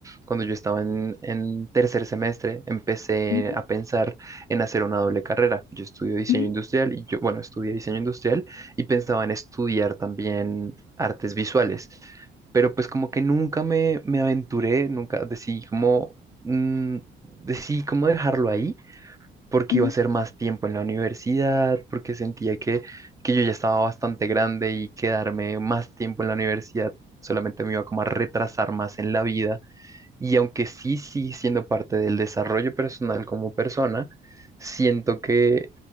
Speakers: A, on the right; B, on the left.
A: cuando yo estaba en, en tercer semestre, empecé
B: ujú,
A: a pensar en hacer una doble carrera. Yo estudio diseño
B: ujú,
A: industrial y yo, bueno, estudié diseño industrial y pensaba en estudiar también artes visuales, pero pues como que nunca me, me aventuré, nunca decidí como... mm, Decidí como dejarlo ahí porque
B: ujú,
A: iba a ser más tiempo en la universidad, porque sentía que, que yo ya estaba bastante grande y quedarme más tiempo en la universidad solamente me iba como a retrasar más en la vida. Y aunque sí sigue siendo parte del desarrollo personal como persona, siento que